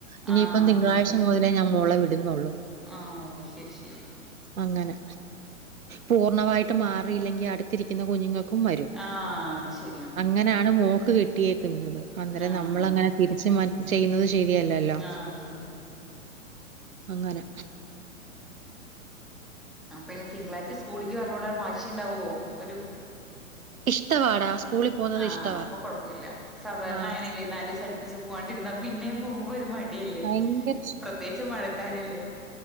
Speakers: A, on the right (about 75°); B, in the centre.
A: ഇനിയിപ്പം
B: ആഹ്
A: തിങ്കളാഴ്ച്ച
B: ശരി
A: മുതലേ
B: ശരി
A: ഞാൻ മോളെ വിടുന്നുള്ളൂ.
B: ആഹ് ഓ ശരി ശരി
A: അങ്ങനെ പൂർണമായിട്ട് മാറിയില്ലെങ്കി അടുത്തിരിക്കുന്ന കുഞ്ഞുങ്ങൾക്കും വരും.
B: ആഹ് അത് ശരി
A: അങ്ങനെയാണ് മോക്ക് കിട്ടിയേക്കുന്നത് അന്നേരം
B: ആഹ്
A: നമ്മൾ അങ്ങനെ തിരിച്ച് ചെയ്യുന്നത് ശരിയല്ലല്ലോ
B: ആഹ്
A: അങ്ങനെ
B: ആപ്പൊ ഇനി തിങ്കളാഴ്ച സ്കൂളിക്ക് പറഞ്ഞു വിടാൻ വാശി ഉണ്ടാവവോ ഒരു
A: ഇഷ്ടവാടാ സ്കൂളിൽ പോകുന്നത്
B: ആഹ്
A: ഇഷ്ടവാ.
B: അപ്പൊ കുഴപ്പമില്ല സാധാരണ
A: ആഹ്
B: അങ്ങനെല്ലേ നാല് ദിവസം അടിപ്പിച്ച് പോവാണ്ടിരുന്ന പിന്നെ പോകുമ്പോ ഒരു മടി ടിയല്ലേ
A: ഭയങ്കര
B: പ്രത്യേകിച്ച് മഴക്കാലല്ലേ